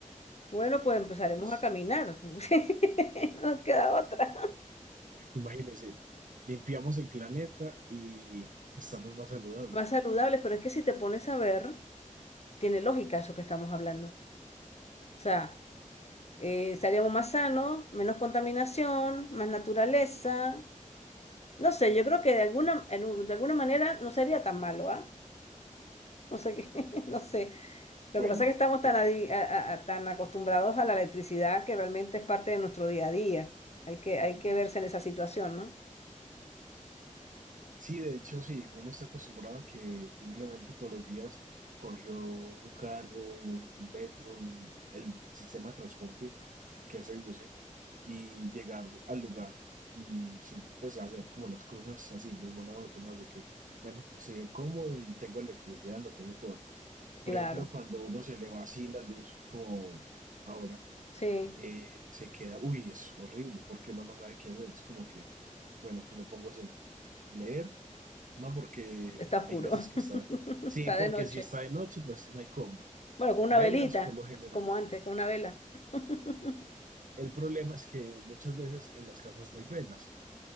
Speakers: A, on the left (about 55°); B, on the right (about 75°).
A: Bueno, pues empezaremos
B: Entonces,
A: a caminar. <laughs> No nos queda otra.
B: imagínense, limpiamos el planeta y estamos más saludables.
A: Más saludables, pero es que si te pones a ver, tiene lógica eso que estamos hablando. O sea, eh, estaríamos más sanos, menos contaminación, más naturaleza. No sé, yo creo que de alguna, en un- de alguna manera no sería tan malo, ¿ah? <laughs> No sé qué, <laughs> no sé.
B: Bueno,
A: Lo que pasa es que estamos tan,
B: yo
A: adi- a- a- a- tan acostumbrados a la electricidad que realmente es parte de nuestro día a día. Hay que,
B: mm,
A: hay que verse en esa situación, ¿no?
B: sí, de hecho, sí, uno está acostumbrado a que simplemente todos los días cogió un carro, un metro, un- el sistema de transporte que se use y llegar al lugar y sin, pues hacer como las cosas así, muy monótonas de que, bueno, sé cómodo y tengo electricidad, lo tengo todo. Por
A: Claro,
B: ejemplo, cuando uno se le va así la luz, como ahora,
A: sí,
B: eh, se queda, uy, es horrible porque uno no sabe qué hacer, es como que, bueno, ¿qué me pongo a hacer? ¿Leer? No, porque
A: está oscuro.
B: hay veces que
A: <laughs>
B: está, sí,
A: Está
B: porque
A: de noche.
B: si está de noche, pues no hay cómo.
A: Bueno, con una
B: Velas,
A: velita,
B: por lo general.
A: como antes, con una vela. <laughs>
B: El problema es que muchas veces en las casas no hay velas.